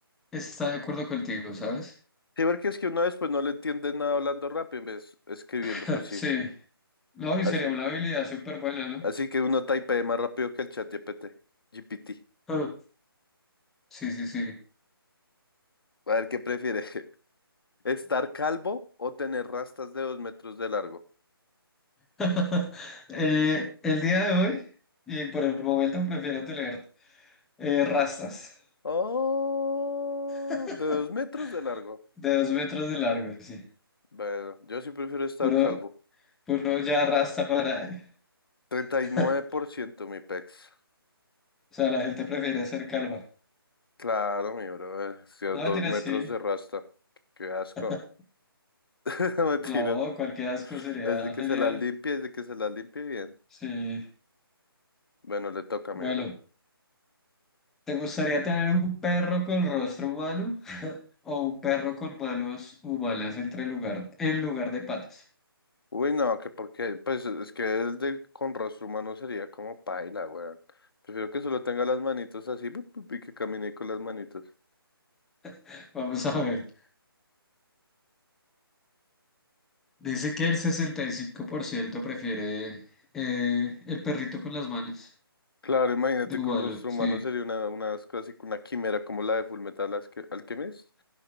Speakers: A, in the centre; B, on the left.
A: Está de acuerdo contigo, ¿sabes?
B: Sí, porque es que uno después no le entiende nada hablando rápido en vez escribiendo,
A: <laughs>
B: pues sí.
A: Sí. No, y
B: Así,
A: sería una habilidad súper buena, ¿no?
B: así que uno typea más rápido que el chat GPT. GPT.
A: Ah, Sí, sí, sí.
B: A ver, ¿qué prefiere? <laughs> ¿Estar calvo o tener rastas de dos metros de largo?
A: <laughs> Eh, el día de hoy, y por el momento prefiero tener eh, rastas
B: Oh,
A: <laughs>
B: de dos metros de largo.
A: de dos metros de largo, sí.
B: Bueno, yo sí prefiero estar
A: Puro,
B: calvo.
A: puro ya rasta para ahí.
B: treinta y
A: <laughs>
B: nueve por ciento mi pex.
A: O sea, la gente prefiere ser calva.
B: Claro, mi bro. eh, sí,
A: No,
B: Dos
A: mentira,
B: metros
A: sí.
B: de rasta. Qué asco.
A: <laughs>
B: <laughs> Mentiras.
A: No, cualquier asco sería
B: Desde que
A: genial.
B: se las limpie, desde que se las limpie bien.
A: Sí.
B: Bueno, le toca
A: Bueno.
B: mi bro.
A: ¿Te gustaría tener un perro con rostro humano <laughs> o un perro con manos humanas entre lugar, en lugar de patas?
B: Uy, no, que porque, pues es que el de con rostro humano sería como paila, weón. Prefiero que solo tenga las manitos así pup, pup, y que camine con las manitos.
A: <laughs> Vamos a ver. Dice que el 65% prefiere eh, el perrito con las manos
B: Claro, imagínate
A: de humano.
B: con rostro
A: Sí,
B: humano sería una, una casi una quimera como la de Fullmetal Alque- Alchemist.